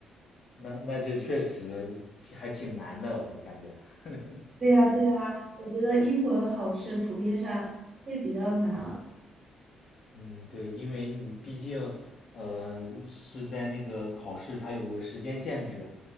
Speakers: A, on the left; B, on the right.
A: 那那这确实挺还挺难的，我感觉。<laughs>
B: 对呀，对呀，我觉得英国的考试普遍上会比较难。
A: 嗯，对，因为你毕竟，呃，是在那个考试，它有个时间限制，